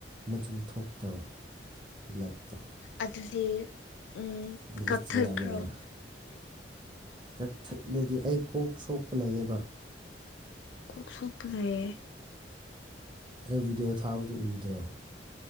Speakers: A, on the right; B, on the left.
A: ꯃꯆꯨ ꯊꯣꯛꯇꯕ ꯕ꯭ꯂꯦꯛꯇ꯫
B: ꯑꯗꯨꯗꯤ ꯎꯝ꯫
A: ꯅꯦꯆꯔꯦꯜꯅꯦꯕ꯫
B: ꯀꯛꯊꯠꯈ꯭ꯔꯣ
A: ꯇꯊꯛꯂꯗꯤ ꯑꯩ ꯀꯣꯛ ꯁꯣꯛꯄ ꯂꯩꯌꯦꯕ꯫
B: ꯀꯣꯛ ꯁꯣꯛꯄ ꯂꯩꯌꯦ꯫
A: ꯑꯩ ꯚꯤꯗꯤꯑꯣ ꯊꯥꯕꯗꯨ ꯎꯗ꯭ꯔꯣ꯫